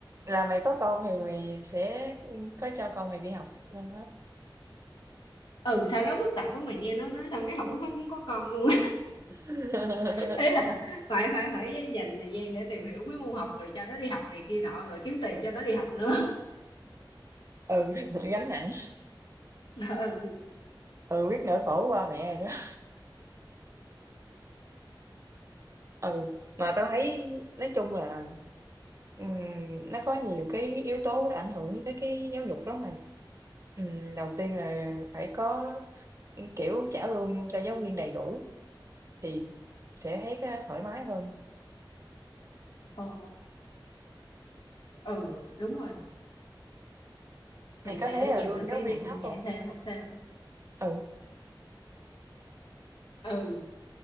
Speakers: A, on the right; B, on the left.
A: là mày có con thì mày sẽ có cho con mày đi học đâu á
B: ừ sao nó phức tạp quá mày nghe nó tới xong cái không hết muốn có con luôn
A: <laughs>
B: <laughs> ấy là phải phải phải dành thời gian để tìm hiểu mấy môn học rồi cho nó đi học này kia nọ rồi kiếm tiền cho nó đi học nữa
A: ừ gánh nặng
B: <laughs> ừ
A: ừ biết nỗi khổ của ba mẹ rồi đó ừ mà tao thấy nói chung là Ừm, nó có nhiều cái yếu tố nó ảnh hưởng tới cái giáo dục lắm bạn. Ừm, đầu tiên là phải có, ưm, kiểu, trả lương cho giáo viên đầy đủ thì sẽ thấy cái thoải mái hơn.
B: ồ ừ đúng rồi thì
A: Mày có
B: sẽ
A: thấy là
B: dẹp
A: lương
B: được cái
A: giáo viên
B: nạn
A: thấp
B: dạy
A: không?
B: thêm học thêm
A: Ừ,
B: ừ